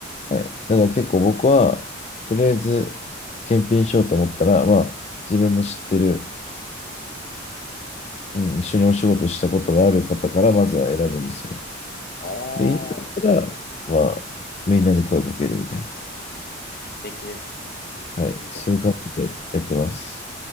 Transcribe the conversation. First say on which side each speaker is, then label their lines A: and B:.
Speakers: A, on the left; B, on the left.
A: はい。だから結構僕は、とりあえず、検品しようと思ったら、まあ、自分の知ってる、うん、一緒にお仕事したことがある方からまずは選ぶんですよ。
B: ああ、
A: で、家帰ったら、まあ、みんなに声かけるみたいな。
B: 素敵ですね。
A: はい。
B: いいな。
A: そういう感じでやってます。